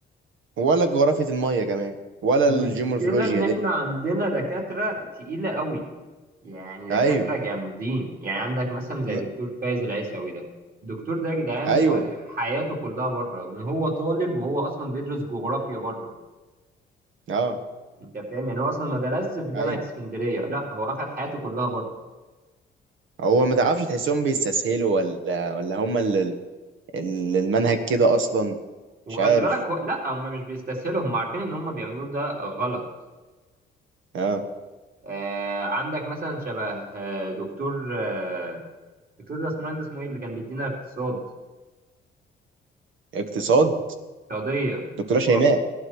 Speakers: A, on the right; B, on the right.
A: ولا جغرافيا الميه كمان ولا
B: المشكله
A: الجيومورفولوجيا
B: ان احنا
A: دي
B: عندنا دكاتره تقيله قوي يعني
A: ايوه
B: دكاتره جامدين يعني عندك مثلا زي
A: م-
B: دكتور فايز العيساوي ده الدكتور ده يا جدعان
A: ايوه
B: آه، حياته كلها بره من هو طالب وهو اصلا بيدرس جغرافيا بره
A: اه
B: انت فاهم يعني هو اصلا ما درسش في جامعه
A: ايوه
B: اسكندريه لا هو اخد حياته كلها بره
A: هو ما تعرفش تحسهم بيستسهلوا ولا ولا هم اللي اللي المنهج كده اصلا
B: وخلي
A: مش عارف
B: بالك هو... لا هم مش بيستسهلوا هم عارفين ان هم بيعملوه ده غلط
A: اه
B: آه، عندك مثلا شبه آه، دكتور آه، دكتور ده اسمه اسمه ايه اللي كان بيدينا اقتصاد
A: اقتصاد
B: اقتصادية
A: دكتوره
B: جغرافيا
A: شيماء